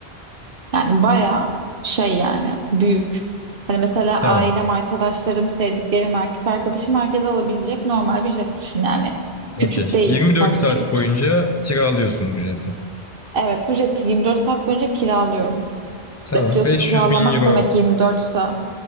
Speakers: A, on the right; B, on the left.
A: Yani bayağı şey yani büyük. Hani mesela ailem,
B: Tamam.
A: arkadaşlarım, sevdiklerim, erkek arkadaşım herkes alabilecek normal bir jet düşün yani.
B: Okey.
A: Küçük değil
B: 24
A: birkaç
B: saat
A: kişilik.
B: boyunca kiralıyorsun bu jeti.
A: Evet bu jeti 24 saat boyunca kiralıyorum. İşte
B: Tamam.
A: pilotu
B: 500
A: kiralamak
B: bin euro.
A: demek 24 saat.